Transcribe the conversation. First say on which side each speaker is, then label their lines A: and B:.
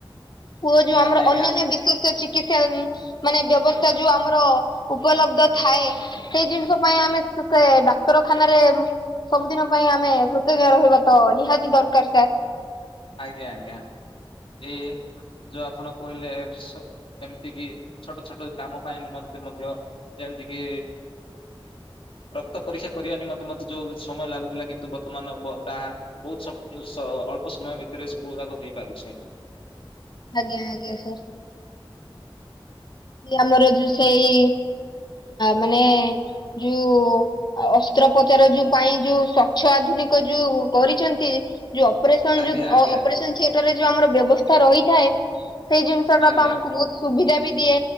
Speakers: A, on the left; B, on the left.
A: ପୁଅ ଯୋଉ
B: ନିହାତି
A: ଆମର
B: ଆଜ୍ଞା
A: ଅନ୍ୟାନ୍ୟ ବିଶେଷ ଚିକିତ୍ସା ମାନେ ବ୍ୟବସ୍ଥା ଯୋଉ ଆମର ଉପଲବଧ ଥାଏ। ସେଇ ଜିନିଷ ପାଇଁ ଆମେ ସେ ଡାକ୍ତରଖାନାରେ ସବୁଦିନ ପାଇଁ ଆମେ କୃତଜ୍ଞ ରହିବା ତ ନିହାତି ଦରକାର ସାର୍
B: ଆଜ୍ଞା ଆଜ୍ଞା। ଏଇ ଯୋଉ ଆପଣ କହିଲେ ଯେମିତି କି ଛୋଟ ଛୋଟ କାମ ପାଇଁ ମଧ୍ୟ ମଧ୍ୟ ଯେମିତି କି ରକ୍ତ ପରୀକ୍ଷା କରିବା ନିମନ୍ତେ ମଧ୍ୟ ଯୋଉ ସମୟ ଲାଗୁଥିଲା କିନ୍ତୁ ବର୍ତ୍ତମାନ ତାହା ବହୁତ ଅଳ୍ପ ସମୟ ଭିତରେ ସବୁୁୁରାକ ହେଇପାରୁଛି।
A: ଆଜ୍ଞା ଆଜ୍ଞା ସାର। ଆମର ଯୋଉ ସେଇ ମାନେ ଯୁ ଅସ୍ତ୍ରୋପଚାର ଯୁ ପାଇଁ ଯୁ ସ୍ଵଚ୍ଛ ଆଧୁନିକ ଯୁ କରିଛନ୍ତି। ଯୁ ଅପରେସନ
B: ଆଜ୍ଞା
A: ଯୋଉ
B: ଆଜ୍ଞା
A: ଅପରେସନ ଥିଏଟର ରେ ଯୋଉ ଆମର ବ୍ୟବସ୍ଥା ରହିଥାଏ। ସେଇ ଜିନିଷଟା
B: ଆଜ୍ଞା
A: ତମକୁ ବହୁତ ସୁବିଧା ବି। ଦିଏ